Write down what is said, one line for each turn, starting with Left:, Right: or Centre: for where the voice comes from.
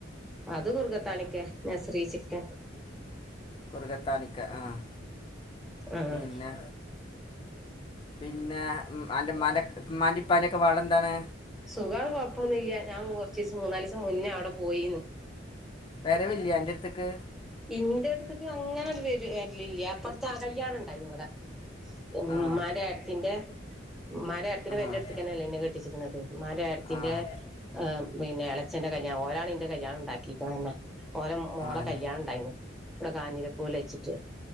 Centre: അത് കുറഗത്താണിക്കെ നസ്രി ചിക്കൻ
Left: കുറഗത്താണിക്കെ ആഹ്
Centre: ആഹ്
Left: പിന്നെ
Centre: ആഹ്
Left: പിന്നെ അൻറെ ഇമ്മാന്റെ ഇപ്പാന്റെക്കെ പാട്ന്താണ്
Centre: സുഖാണ് കുഴപ്പൊന്നില്ല ഞാൻ കുറച്ചസം മൂന്നാലിസം മുന്നേ അവിടെ പോയിന്നു
Left: വരവില്ലെ അന്റെട്ത്ത്ക്ക്
Centre: ഇന്റെട്ത്ത്ക്ക് അങ്ങനെ വരലില്ല പ്പട്ത്ത് കല്യാണ ഇണ്ടായിന്നി ഇവിടെ ഇന്റെ
Left: ആഹ്
Centre: മ്മാന്റെ ഏട്ടത്തിന്റെ മ്മാന്റെഏട്ടത്തിന്റെ
Left: ആഹ്
Centre: പെരന്റെ അടുക്കന്നെഅല്ലേ ഇന്നെ കെട്ടിച്ചിക്ക്ണത് ഏട്ത്തിന്റെ
Left: ആഹ്
Centre: പിന്നെ ഇളച്ചന്റെ കല്യാണം ഒലാണ്ന്റെ കല്യാണം ഉണ്ടാക്കിയിക്ക്ണന്നെ ഓര മോളെ
Left: ആഹ്
Centre: കല്യാണം ഇണ്ടായിരുന്നു ഇവിടെ കാഞ്ഞിരക്കൂല വെച്ചിട്ട്